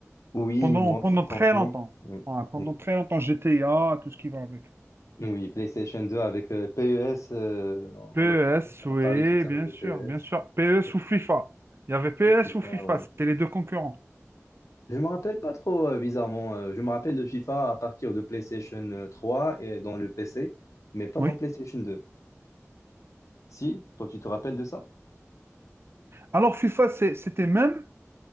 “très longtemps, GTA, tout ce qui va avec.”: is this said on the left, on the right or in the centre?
Right